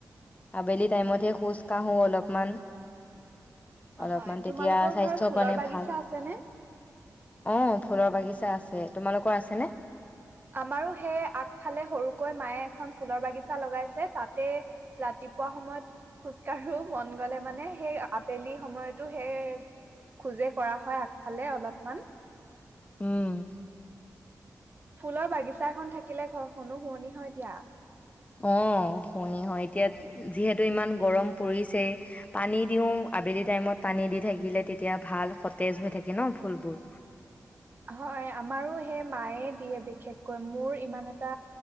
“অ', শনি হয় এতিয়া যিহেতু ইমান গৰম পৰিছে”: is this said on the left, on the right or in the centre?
Left